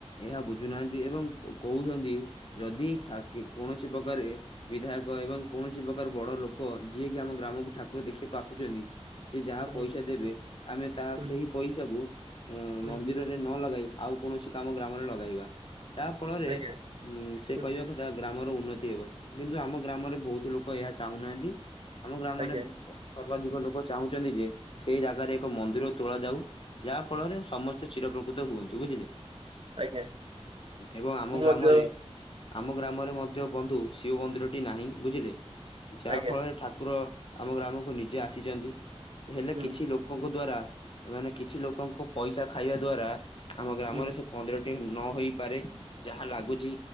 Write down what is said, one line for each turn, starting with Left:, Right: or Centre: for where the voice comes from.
Left: ଏହା ବୁଝୁନାହାନ୍ତି ଏବଂ କହୁଛନ୍ତି ଯଦି ଠାକି କୌଣସି ପ୍ରକାରେ ବିଧାୟକ ଏବଂ କୌଣସି ପ୍ରକାର ବଡ ଲୋକ ଯିଏକି ଆମ ଗ୍ରାମକୁ ଠାକୁର ଦେଖିବାକୁ ଆସୁଚନ୍ତି। ସେ ଯାହା
Right: ହୁଁ
Left: ପଇସା ଦେବେ, ଆମେ ତାହା
Right: ହୁଁ
Left: ସେଇ ପଇସାକୁ
Right: ହୁଁ
Left: ମନ୍ଦିରରେ ନ ଲଗାଇ ଆଉ କୌଣସି କାମ ଗ୍ରାମରେ ଲଗାଇବା, ତାହା ଫଳରେ
Right: ଆଜ୍ଞା।
Left: ଉଁ ସେ
Right: ହୁଁ
Left: କହିବା କଥା ଗ୍ରାମର ଉନ୍ନତି ହେବ, କିନ୍ତୁ ଆମ ଗ୍ରାମରେ ବହୁତ ଲୋକ ଏହା ଚାହୁଁନାହାନ୍ତି। ଆମ ଗ୍ରାମରେ
Right: ଆଜ୍ଞା
Left: <unintelligible> ସର୍ବାଧିକ ଲୋକ ଚାହୁଁଛନ୍ତି ଯେ ସେଇ ଜାଗାରେ ଏକ ମନ୍ଦିର ତୋଳା ଯାଉ, ଯାହା ଫଳରେ ସମସ୍ତ ଚିରଉପ୍ରକୃତ ହୁଅନ୍ତୁ ବୁଝିଲେ,
Right: ଆଜ୍ଞା ଆଜ୍ଞା
Left: ଏବଂ ଆମ
Right: ମୁଁ
Left: ଗ୍ରାମରେ
Right: ମଧ୍ୟ
Left: ଆମ ଗ୍ରାମରେ ମଧ୍ୟ ବନ୍ଧୁ ଶିବ ମନ୍ଦିରଟି ନାହିଁ ବୁଝିଲେ। ଯାହା
Right: ଆଜ୍ଞା।
Left: ଫଳରେ ଠାକୁର ଆମ ଗ୍ରାମକୁ ନିଜେ ଆସିଚନ୍ତି। ହେଲେ
Right: ହୁଁ
Left: କିଛି ଲୋକଙ୍କ ଦ୍ଵାରା ମାନେ କିଛି ଲୋକଙ୍କ ପଇସା ଖାଇବା ଦ୍ଵାରା, ଆମ ଗ୍ରାମରେ
Right: ହୁଁ
Left: ସେ ମନ୍ଦିର ଟିଏ ନ ହେଇପାରେ, ଯାହା ଲାଗୁଚି